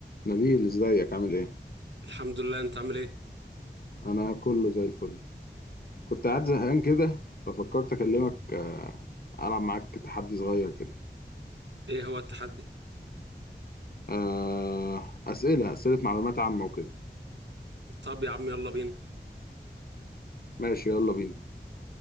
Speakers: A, on the left (about 55°); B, on the right (about 85°).
A: نبيل ازيك عامل ايه
B: الحمد لله انت عامل ايه
A: انا كله زي الفل كنت قاعد زهقان كده ففكرت اكلمك آه، العب معاك تحدي صغير كده
B: ايه هو التحدي
A: آه، اسئله اسئله معلومات عامه وكده
B: طب يا عم يلا بينا
A: ماشي يلا بينا